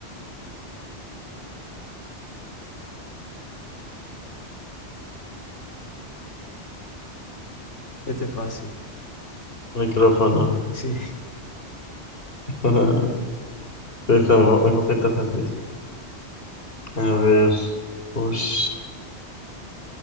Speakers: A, on the left; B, on the left.
A: Este es fácil.
B: Micrófono.
A: Sí.
B: <laughs> Sí, está un, po- un poquito fácil. A ver. Ush.